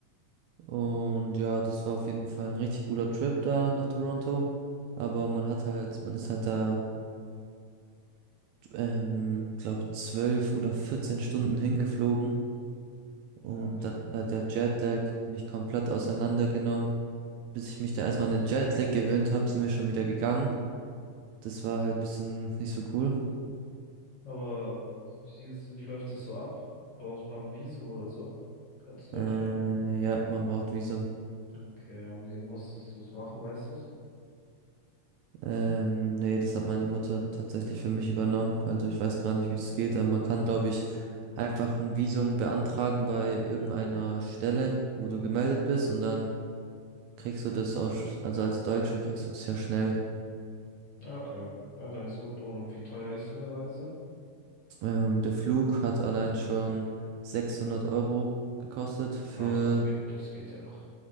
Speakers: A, on the right; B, on the left.
A: Und ja, das war auf jeden Fall ein richtig cooler Trip da nach Toronto. Aber man hat halt, man ist halt da, ähm, glaub, zwölf oder 14 Stunden hingeflogen.
B: Ja.
A: Und dann hat halt der Jetlag mich komplett auseinandergenommen. Bis ich mich da erstmal an den Jetlag gewöhnt habe, sind wir schon wieder gegangen. Das war halt bisschen nicht so cool.
B: Aber wie ist, wie läuft es so ab? Brauchst du mal ein Visum oder so? Als Deutscher?
A: Äh, ja, man braucht Visum.
B: Okay, und wie musstest du es machen, weißt du es?
A: Ähm, nee, das hat meine Mutter tatsächlich für mich übernommen. Also ich weiß gar nicht, wie das geht, aber man kann, glaube ich, einfach ein Visum beantragen bei irgendeiner Stelle, wo
B: Okay.
A: du gemeldet bist und dann kriegst du das auch, sch- also als Deutscher kriegst du das ja schnell.
B: Ja, Okay. Na, dann ist gut. Und wie teuer ist so eine Reise?
A: Ähm, der Flug hat allein schon 600 Euro gekostet für,
B: Ah, das geht, das geht ja noch.